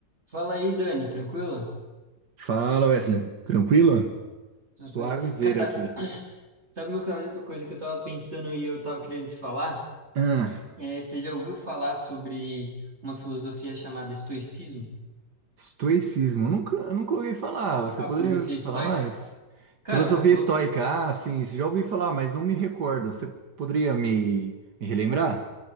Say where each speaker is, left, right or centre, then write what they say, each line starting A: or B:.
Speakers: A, on the right; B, on the right.
A: Fala aí, Dani, tranquilo?
B: Fala, Wesley. Tranquilo? Suavizeira
A: rapaz. Cara,
B: aqui.
A: sabe uma co- coisa que eu tava pensando e eu tava querendo te falar?
B: Ah,
A: É, você já ouviu falar sobre uma filosofia chamada estoicismo?
B: estoicismo. Nunca, nunca ouvi falar. Você
A: A
B: poderia
A: filosofia
B: falar
A: estoica?
B: mais?
A: Cara,
B: Filosofia
A: vou. vou-
B: estoica. Ah, sim, já ouvi falar, mas não me recordo. Você poderia me, me relembrar?